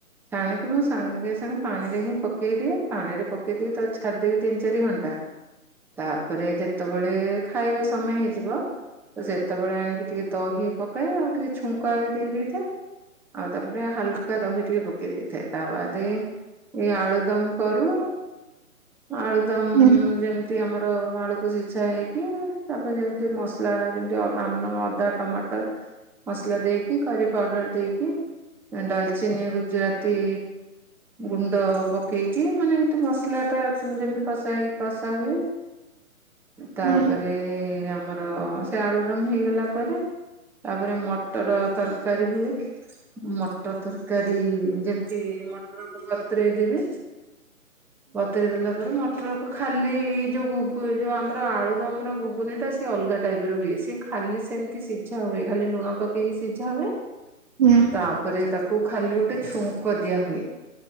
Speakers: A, in the centre; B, on the right.
A: ଛାଣିକି ମୁଁ ସାଙ୍ଗେ ସା ସାଙ୍ଗେ ପାଣିରେ ହିଁ ପକେଇଦିଏ ପାଣିରେ ପକେଇ ଦେଇକି ତାକୁ ଛାଡିଦେବି ତିନ ଚାରି ଘଣ୍ଟା ତାପରେ ଯେତେବେଳେ ଖାଇବା ସମୟ ହେଇଯିବ ତ ସେତେବେଳେ ଆଣିକି ଟିକେ ଦହି ପକାଏ ଆଉ ଟିକେ ଛୁଙ୍କ ଆଗେ ଦେଇ ଦେଇଥାଏ। ଆଉ ତାପରେ ହଲକା ଦହି ଟିକେ ପକେଇ ଦେଇଥାଏ ତା ବାଦେ ଏଇ ଆଳୁଦମ କରୁ ଆଳୁ ଦମ
B: ହୁଁ
A: ଯେମିତି ଆମର ଆଳୁକୁ ସିଝା ହେଇକି ତାପରେ ଯେମିତି ମସଲା ଯେମତି ଆମ ଅଦା ଟମାଟର ମସଲା ଦେଇକି କରି ପାଉଡର ଦେଇକି ଆଁ ଡାଲଚିନି ଗୁଜୁରାତି ଗୁଣ୍ଡ ପକେଇକି ମାନେ ଏମିତି ମସଲା ଟା ଯେମିତି କଷା ହେଇକି କଷା ହୁଏ।
B: <inaudible>
A: ତାପରେ
B: ହୁଁ
A: ଏ ଆମର ସେ ଆଳୁଦମ ହେଇଗଲା ପରେ ତାପରେ ମଟର ତରକାରୀ ହୁଏ। ମଟର ତରକାରୀ ଯେମିତି ମଟରକୁ ବତରେଇ ଦେବେ। ବତୁରେଇ ଦେଲା ପରେ ମଟର କୁ ଖାଲି ଇ ଇ ଯୁ ଘୁଗୁ ଏଇ ଯୋଉ ଆମର ଆଳୁଦମର ଘୁଗୁନି ଟା ସିଏ ଅଲଗା ଟାଇପର ହୁଏ ସିଏ ଖାଲି ସେମତି ସିଝା ହୁଏ ଖାଲି ଲୁଣ ପକେଇକି ସିଝା ହୁଏ।
B: ହୁଁ।
A: ତାପରେ ତାକୁ ଖାଲି ଗୋଟେ ଛୁଙ୍କ ଦିଆ ହୁଏ।